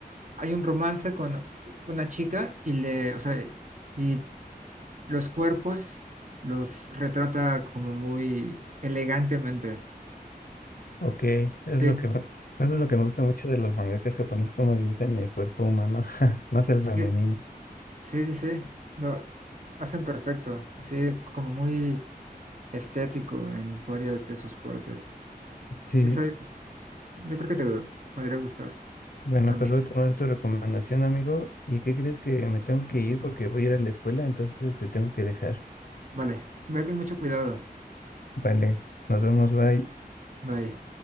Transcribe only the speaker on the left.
Ok, es
lo que, me- eso es lo que me gusta mucho de los mangakas japoneses, como dibujan el cuerpo humano, <laughs> más el
femenino.
Sí,
bueno,
pues voy a tomar tu recomendación, amigo. ¿Y qué crees que me tengo que ir porque voy a ir a la escuela, entonces te tengo que dejar.
Vale, nos vemos, bye.